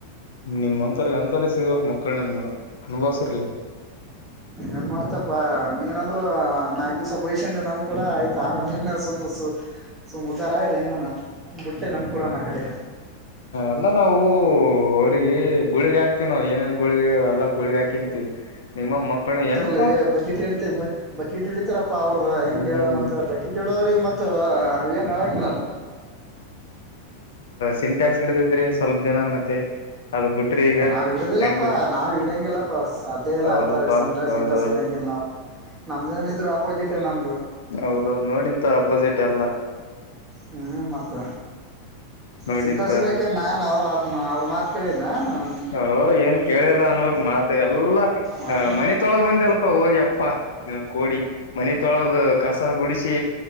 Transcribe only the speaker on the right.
ಏನ್ ಮಾಡ್ತಪ್ಪಾ ನೀನಂದ್ರು ನಾಲ್ಕ್ ದಿವ್ಸ ಬೈಷ ಕೋಂಡ ನಮ್ ಕೂಡ ಆಯ್ತ ಆಮೇಲೆ ನೀ ಸುಮ್ ಸ ಸುಮ ಉದ್ದಾರ ಆ ಹೆಂಗನ ಬುಟ್ಟೆ ನಮಕೂಡೋಣ ಆ ಕಡೆ
ರ್ಲಿ ಬಕೆಟ್ ಇಡ್ತ ಬಕೆಟ್ ಇಡಿತಾರಪ್ಪ ಅವ್ರದ ಹೆಂಗ
ಮತ್ತ ಬಕೆಟ್ ಇಡೋವ್ರಿಗೆ ಮತ್ತ ಏನ್ ಹೇಳಂಗ
ಅ
ನಾವ್ ಹಿಡದಿಲ್ಲಪ್ಪಾ
ನಾವ್ ಹಿಡ್ಯಾಂಗಿಲ್ಲಪ್ಪಾ ಸಾಧ್ಯ ಇಲ್ಲಾ
ಆತ ಸಿಂಟಾಗಸ್
ಗಿಟಾಕಸ್ ಇಂಗಿಲ್ಲ ನಾವು ನಮ್ದಏನ ಇದ್ರು ಅಪೋಸಿಟ್ ನಮ್ದು
ಹ್ಮ್ ಮತ್ತ
ಸಿಂಟ ಸಿಲಕ ನಾನ್ ಅವ್ರ ಮಾತ್ ಅವ್ರ ಮಾತ್ ಕೇಳಿದ್ನ ನಾನ್
ಯಾರು